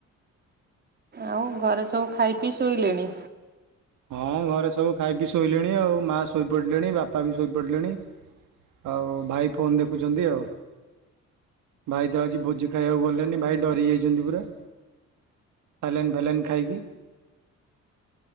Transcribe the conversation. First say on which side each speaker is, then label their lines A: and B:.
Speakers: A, on the right; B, on the right.
A: ଆଉ ଘରେ ସବୁ ଖାଇପି ଶୋଇଲେଣି।
B: ହଁ। ଘରେ ସବୁ ଖାଇପି ଶୋଇଲେଣି ଆଉ ମାଆ ଶୋଇପଡ଼ିଲେଣି ବାପା ବି ଶୋଇପଡ଼ିଲେଣି। ଆଉ ଭାଇ ଫୋନ୍ ଦେଖୁଛନ୍ତି ଆଉ। ଭାଇ ତ ଆଜି ଭୋଜି ଖାଇବାକୁ ଗଲେନି ଭାଇ ଡ଼ରି ଯାଇଛନ୍ତି ପୁରା। ସାଲେନ୍ ଫା ଲେନ୍ ଖାଇକି।